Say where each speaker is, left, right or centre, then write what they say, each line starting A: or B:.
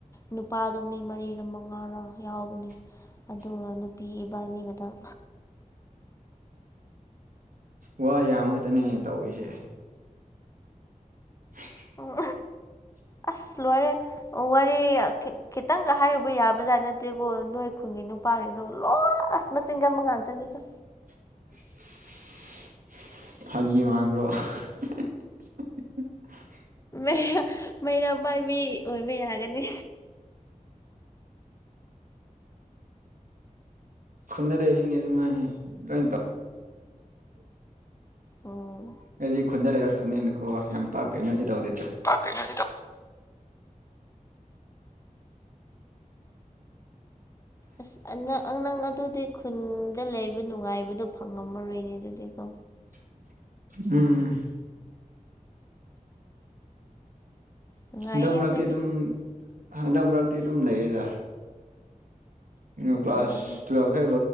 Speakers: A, on the left; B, on the right.
A: ꯅꯨꯄꯥꯗꯣ ꯃꯤ ꯃꯔꯤꯔ ꯃꯉꯥꯔꯣ ꯌꯥꯎꯕꯅꯦ
B: <inaudible>
A: ꯑꯗꯨꯒ ꯅꯨꯄꯤ ꯏꯕꯥꯅꯤꯒꯇꯪ
B: ꯋꯥꯣꯏ ꯌꯥꯝꯃꯈꯛꯇꯅꯦ ꯇꯧꯔꯤꯁꯦ <inaudible>
A: ꯑꯣ ꯑꯁ ꯂ ꯑꯣꯏꯣꯔꯦ ꯋꯥꯔꯤ ꯈꯤꯇꯪꯒ ꯍꯥꯏꯔꯨꯕ ꯌꯥꯕꯖꯥꯠ ꯅꯠꯇꯦꯀꯣ ꯅꯣꯏ ꯈꯨꯟꯒꯤ ꯅꯨꯄꯥꯁꯤꯡꯗ ꯂꯣꯏ ꯑꯁꯃꯁꯤꯡꯒ ꯃꯪꯥꯗꯅꯤꯗ
B: <inaudible> ꯐꯒꯤ ꯃꯥ꯭ꯔꯣ <inaudible>
A: ꯩꯔꯥ ꯃꯩꯔꯥ ꯄꯥꯏꯕꯤ ꯑꯣꯏꯕ ꯌꯥꯒꯅꯤ
B: ꯈꯨꯟꯅꯔꯕꯁꯤꯡꯁꯦꯁꯨ ꯃꯥꯏ ꯂꯣꯏ ꯇꯧ
A: ꯎꯝ
B: ꯑꯩꯗꯤ ꯈꯨꯟꯗ ꯂꯩꯔꯛꯇꯕꯅꯤꯅꯀꯣ ꯌꯥꯝ ꯄꯥꯛ ꯀꯩꯅꯣꯗꯤ ꯇꯧꯗꯦ
A: ꯄ ꯀꯩ ꯇ ꯑꯁ ꯑꯉꯥꯡ ꯑꯗꯨꯗꯤ ꯈꯨꯟꯗ ꯂꯩꯕ ꯅꯨꯡꯉꯥꯏꯕꯗꯣ ꯐꯪꯉꯝꯃꯔꯣꯏꯅꯦ ꯑꯗꯨꯗꯤꯀꯣ
B: <inaudible> ꯎꯝ
A: ꯅꯨꯡꯉꯥꯏꯍꯦ
B: ꯍꯟꯗꯛ ꯃꯔꯛꯇꯤ
A: ꯑꯩꯈꯣꯏꯗꯤ
B: ꯑꯗꯨꯝ ꯍꯟꯗꯛ ꯃꯔꯛꯇꯤ ꯑꯗꯨꯝ ꯂꯩꯌꯦꯦꯗ ꯩꯅ ꯀ꯭ꯂꯥꯁ
A: ꯎꯝ
B: ꯇꯨꯋꯦꯜꯐꯈꯦꯛ